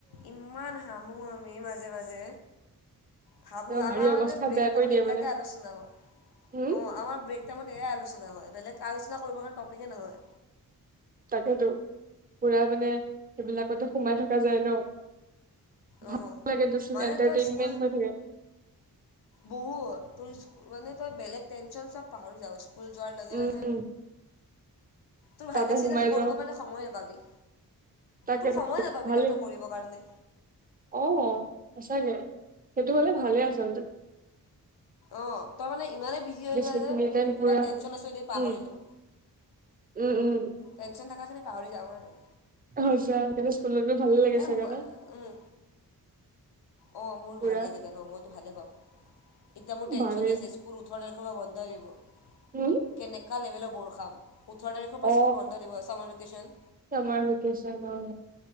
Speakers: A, on the left; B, on the right.
A: ইমান হাঁহো আমি মাজে মাজে। ভাবো আমাৰ
B: মাৰি অৱস্থা
A: মানে ব্ৰেক
B: বেয়া
A: টাইমত
B: কৰি দিয়ে
A: এইবিলাকে
B: মানে
A: আলোচনা হয়,
B: উম
A: অ আমাৰ ব্ৰেক টাইমত এয়াই আলোচনা হয়, বেলেগ আলোচনা কৰিবৰ কাৰণে টপিকেই নহয়।
B: তাকেতো পুৰা মানে সেইবিলাকতে সোমাই থকা যায় ন। ভালো
A: অঁ
B: লাগে দিয়াচোন,
A: মানে
B: এটাৰটেইনমেণ্ট
A: তই স্কুল
B: হৈ থাকে।
A: বহুত তোৰ মানে তই বেলেগ টেনশন চব পাহাৰি যাওঁ। স্কুল যোৱাৰ লগে
B: উম
A: লগে তোৰ
B: তাতে
A: হাইলাইট চাইলাইত
B: সোমাই
A: কৰিব
B: যাওঁ
A: কাৰণে সময় নাপাবি,
B: তাকে
A: তোৰ সময় নাপাবি
B: ভালেই
A: ন তই কৰিবৰ কাৰণে।
B: অ সঁচাকে, সেইটো হলে ভালে আচলতে।
A: অঁ তই মানে ইমানেই বিজি
B: এটলিষ্ট
A: হৈ যায়
B: সেইখিনি
A: যে,
B: টাইম
A: এই কিবা
B: পুৰা
A: টেনশ্যন আছে যদি পাহৰিলোঁ।
B: উম উম উম।
A: টেনশ্যন থকাখিনি পাহৰি যাওঁ মই।
B: এ সঁচা স্কুলত গৈ ভালে লাগে
A: এই
B: চাগে
A: মোবাই
B: ন।
A: উম। অ মোৰ
B: পুৰা
A: ভাল লাগে জানো মইতো ভালে পাওঁ, এতিয়া মোৰ টেনশ্যন
B: ভালেই
A: আছে স্কুল ওঠৰ তাৰিখৰ পা বন্ধ দিবা।
B: উম।
A: কেনেকুৱা লেভেলৰ বৰ খাম। ওঠৰ তাৰিখৰ পৰা
B: অ
A: স্কুল বন্ধ দিব, ছামাৰ ভেকেশচন।
B: চামাৰ ভেকেচন অ